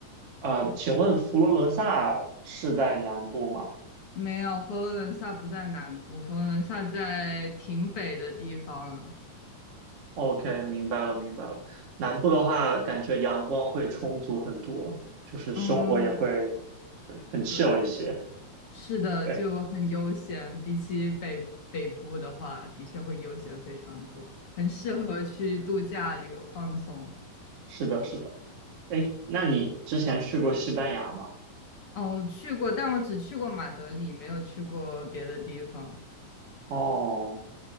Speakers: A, on the right; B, on the left.
A: 呃，请问佛罗伦萨是在南部吗？
B: 没有，佛罗伦萨不在南部，佛罗伦萨在挺北的地方了。
A: OK，明白了，明白了。南部的话，感觉阳光会充足很多，就是生活也会，
B: 嗯，
A: 对，很 chill
B: 对。
A: 一些。
B: 是的，
A: 对，
B: 就很悠闲，比起北北部的话，的确会悠闲非常多，很适合去度假、旅游、放松。
A: 是的，是的。哎，那你之前去过西班牙吗？
B: 嗯，我去过，但我只去过马德里，没有去过别的地方，
A: 哦，